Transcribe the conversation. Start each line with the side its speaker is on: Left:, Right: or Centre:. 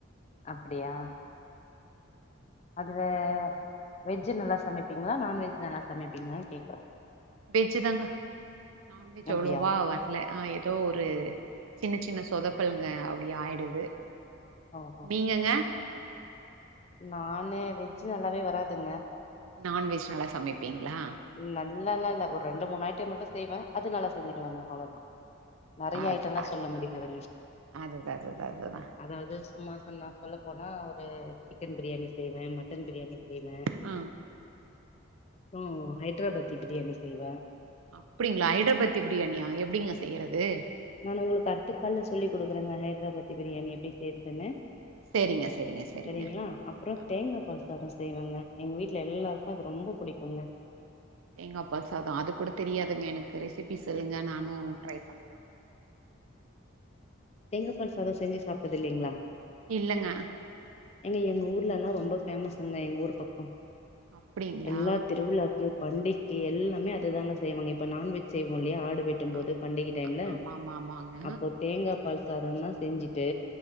Left: அப்டியா அதுல ஆ வெஜ்ஜு நல்லா சமைப்பீங்ளா நான்வெஜ் நல்லா சமைப்பீங்ளா கேக்கற
Right: வெஜ்ஜு தாங்க நான்வெஜ்
Left: அப்டியா
Right: அவ்ளோவா வர ல்லஆ ஏதோ ஒரு சின்ன சின்ன சொதப்பல்ங்க அப்டி ஆயிடுது
Left: ஓஹோ
Right: நீங்கங்க
Left: நானு வெஜ்ஜு நல்லாவே வராதுங்க
Right: நான்வெஜ் நல்லா சமைப்பீங்ளா
Left: நல்லால்லா இல்ல ஒரு ரெண்டு மூணு ஐட்டோ மட்டு செய்வ அது நல்லா செஞ்சிடுவங்க
Right: ம், ம்.
Left: அவ்ளோதா நெறைய
Right: ஆ
Left: ஐட்டோல்லா
Right: அ
Left: சொல்ல முடியாதுங்க
Right: அதுதா அதுதா அதுதா
Left: அதாவது சும்மா சொன்னா சொல்ல போனா ஒரு சிக்கன் பிரியாணி செய்வே மட்டன் பிரியாணி செய்வே
Right: அ
Left: அப்றோ ஹைட்ராபாத்தி பிரியாணி செய்வே
Right: அப்டிங்ளா ஐட்ராபாத்தி பிரியாணியா எப்டிங்க செய்யறது
Left: நானு உங்களுக்கு அடுத்தக் கால்ல சொல்லி குடுக்குறங்க ஹைட்ராபாத்தி பிரியாணி எப்டி செய்யறதுன்னு
Right: சேரிங்க சேரிங்க சேரிங்க.
Left: செரிங்ளா அப்றோ
Right: ஆ
Left: தேங்கா பால் சாதோ செய்வங்க எங்க வீட்ல எல்லாருக்கு அது ரொம்ப புடிக்குங்க
Right: தேங்கா பால் சாதோ அது கூட தெரியாதுங்க எனக்கு ரெசிப்பி சொல்லுங்க நானோ ட்ரை பண்ற
Left: தேங்கா பால் சாதோ செஞ்சு சாப்ட்டது இல்லைங்ளா
Right: இல்லங்க
Left: ஏங்க எங்க ஊர்லல்லா ரொம்ப ஃபேமஸ்சுங்க எங்க ஊர் பக்கோ
Right: அப்டிங்களா
Left: எல்லா திருவிழாக் கு பண்டிக்கு எல்லாமே அதுதாங்க செய்வாங்க இப்ப நான்வெஜ் செய்வோ இல்லையா ஆடு வெட் டும்
Right: ஆ
Left: போது பண்டிக டைம்ல
Right: ஆமா ஆமா ஆமாங்க
Left: அப்போ தேங்கா பால் சாதோ தா செஞ்சிட்டு